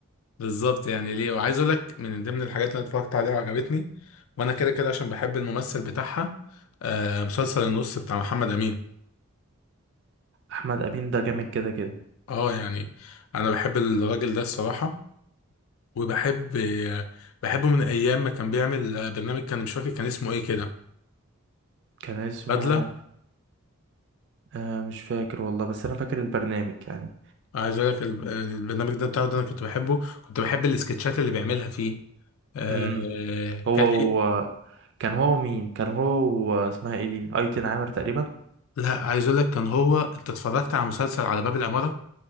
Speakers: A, on the left (about 70°); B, on the right (about 55°).
A: بالظبط يعني ليه وعايز اقول لك من ضمن الحاجات اللي أنا اتفرجت عليها وعجبتني وانا كده كده عشان بحب الممثل بتاعها آه مسلسل النص بتاع محمد امين
B: احمد امين ده جامد كده كده
A: اه يعني انا بحب الراجل ده الصراحه وبحب آه بحبه من ايام ما كان بيعمل آه، برنامج كان مش فاكر كان اسمه ايه كده
B: كان اسمه
A: بدله
B: آه مش فاكر والله بس انا فاكر البرنامج يعني
A: عايز اقول لك الب- البرنامج ده بتاعه ده انا كنت بحبه كنت بحب السكتشات اللي بيعملها فيه آه
B: امم هو
A: كان
B: هو
A: ايه
B: كان هو مين كان هو و... اسمها ايه دي ايتن عامر تقريبا
A: لا عايز اقول لك كان هو انت اتفرجت على مسلسل على باب العماره